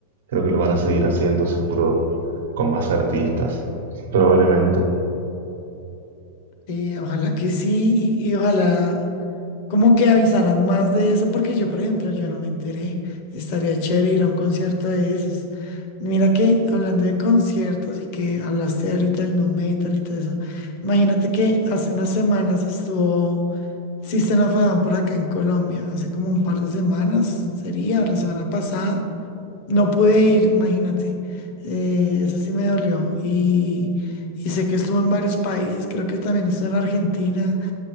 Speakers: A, on the right; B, on the left.
A: Creo que lo van a seguir haciendo seguro con más artistas, probablemente.
B: sí ojalá que sí y, y ojalá ¿Cómo que avisarán más de eso? Porque yo, por ejemplo, yo no me enteré. Estaría chévere ir a un concierto de esos. Mira que hablando de conciertos y que hablaste ahorita del nu metal y todo eso, imagínate que hace unas semanas estuvo System of a Down por acá en Colombia, hace como un par de semanas, sería la semana pasada. No pude ir, imagínate. Eh, eso sí me dolió. Y, y sé que estuvo en varios países, creo que también estuvo en Argentina.